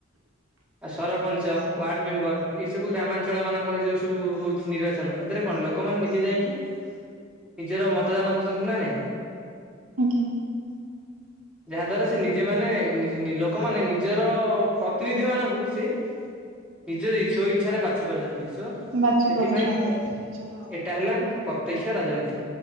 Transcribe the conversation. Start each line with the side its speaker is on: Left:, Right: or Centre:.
Centre: ଆଉ ସରପଞ୍ଚ, ୱାର୍ଡ ମେମ୍ବର ଏଇ ସବୁ ଗ୍ରାମାଞ୍ଚଳ ମାନଙ୍କରେ ଯୋଉ ସବୁ ହଉଛି ନିର୍ବା ଚନ ସେଥିରେ କଣ ଲୋକମାନେ ନିଜେ ଯାଇଁକି ନିଜର ମତ ଦାନ କରୁଚନ୍ତି ନା ନାଇଁ?
Right: ଆଜ୍ଞା।
Centre: <inaudible> ଯାହା ଦ୍ଵାରା ସେ ନିଜେ ମାନେ ନି-ନି ଲୋକମାନେ ନିଜର ପ୍ରତିନିଧି ମାନ କୁ ସେ ନିଜ ସୋ ଇଚ୍ଛାରେ ବାଛି ପାରୁଚନ୍ତି ସୋ
Right: ବାଛି
Centre: ସେଥିପାଇଁ
Right: ପାରୁଛନ୍ତି ନିଜର
Centre: ଏଟା ହେଲା ପ୍ର ପ୍ରତ୍ୟକ୍ଷ ରାଜନୀତି